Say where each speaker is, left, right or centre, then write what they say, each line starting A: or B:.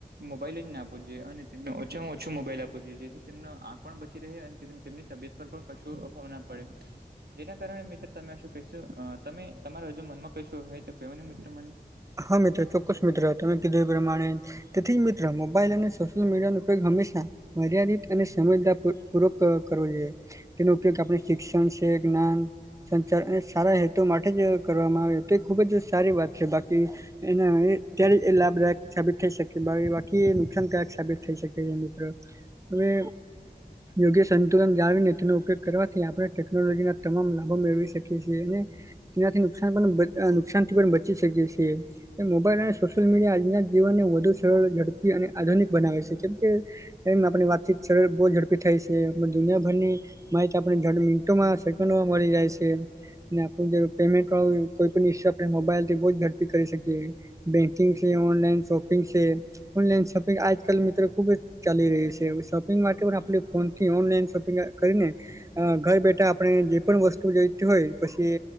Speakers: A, on the right; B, on the right.
A: મોબાઈલ જ ના આપવો જોઈએ અને તેમને ઓછામાં ઓછું મોબાઈલ આપવો જોઈએ. જેથી તેમનો આંખ પણ બચી રહે અને તેમની તેમની તબિયત પર પણ કશો અભાવ ના પડે. જેના કારણે મિત્ર તમે શું કહીશો તમે તમારો હજુ મનમાં કશો હોય તો કોને મિત્ર મને.
B: હા મિત્ર ચોક્કસ મિત્ર તમે કીધું એ પ્રમાણે તેથી જ મિત્ર મોબાઈલ અને સોશિયલ મીડિયા ન ઉપયોગ હંમેશા મર્યાદિત અને સમજતા પૂર્વક પૂર્વક કરવો જોઈએ. તેનો ઉપયોગ આપણે શિક્ષણ છે જ્ઞાન સંચાર ને સારા હેતુ માટે જ કરવામાં આવે તો એ ખુબ જ સારી વાત છે બાકી એના એ ત્યારે લાભદાયક સાબિત થઈ શકે <unintelligible> બાકી એ નુકસાનકારક સાબિત થઈ શકે છે મિત્ર. હવે યોગ્ય સંતુલન જાળવીને તેનો ઉપયોગ કરવાથી આપણે ટેક્નોલોજીના તમામ લાભો મેળવી શકીએ છીએ અને તેનાથી નુકસાન પણ <unintelligible> નુકસાન થી પણ બચી શકીએ છીએ. એ મોબાઈલ અને સોશિયલ મીડિયા આજના જીવનને વધુ સરળ ઝડપી અને આધુનિક બનાવે છે. કેમ કે એમ આપણી વાતચીત બહુ ઝડપી થાય દુનિયાભરની માહિત આપને <unintelligible> મિનીટોમાં સેકન્ડોમાં મળી જાય છે. ને આપણું જે પેમેન્ટ વાળું કોઈ પણ ઈ આપણે મોબાઈલ કે <unintelligible> કરી શકીએ બેંકિંગ છે, ઓનલાઈન શોપિંગ છે. ઓનલાઈન શોપિંગ આજકાલ મિત્ર ખૂબ જ ચાલી રહ્યું છે શોપિંગ માર્કેટ પણ આપણે ફોન થી ઓનલાઈન શોપિંગ કરીને. ઘર બેઠા આપણે જે પણ વસ્તુ જોઈતી હોય પછી